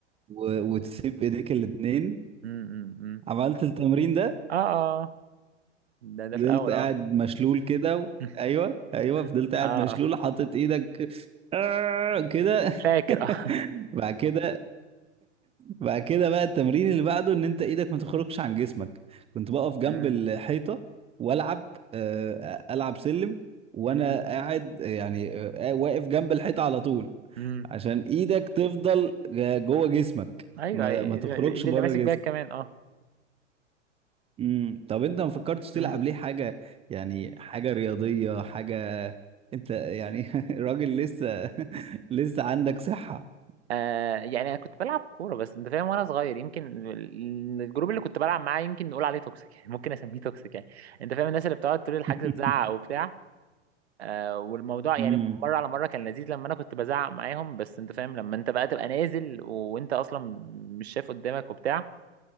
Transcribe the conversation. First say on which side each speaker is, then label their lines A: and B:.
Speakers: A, on the right (about 15°); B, on the right (about 60°).
A: و... وتسيب ايديك الاتنين
B: امم امم أمم.
A: عملت التمرين ده
B: اه اه آه. ده ده
A: فضلت
B: في الاول
A: قاعد
B: اه
A: مشلول كده و...
B: <laughs>
A: ايوه ايوه فضلت قاعد
B: اه
A: مشلول
B: آه.
A: حاطط ايدك آه، كده
B: فاكر اه
A: <laughs> بعد كده بعد كده بقى التمرين اللي بعده ان انت ايدك ما تخرجش عن جسمك كنت بقف جنب
B: مم.
A: الحيطة والعب آه، العب سلم وانا
B: مم.
A: قاعد يعني آه، واقف جنب الحيطة على طول
B: مم.
A: عشان ايدك تفضل آه، جوه جسمك
B: ايوه
A: ما
B: ايد
A: ما تخرجش بره
B: اللي ماسك
A: جسمك
B: بيها كمان اه
A: امم طب انت ما فكرتش تلعب
B: مم.
A: ليه حاجه يعني حاجه رياضيه حاجه انت يعني <laughs> راجل لسه <laughs> لسه عندك صحه
B: آه يعني انا كنت بلعب كوره بس انت فاهم وانا صغير يمكن ال- الجروب اللي كنت بلعب معاه يمكن نقول عليه توكسيك يعني ممكن اسميه توكسيك يعني انت فاهم الناس اللي بتقعد طول الحجز
A: <laughs>
B: تزعق وبتاع آه والموضوع يعني
A: امم
B: مره على مره كان لذيذ لما انا كنت بزعق معاهم بس انت فاهم لما انت بقى تبقى نازل وانت اصلا مش شايف قدامك وبتاع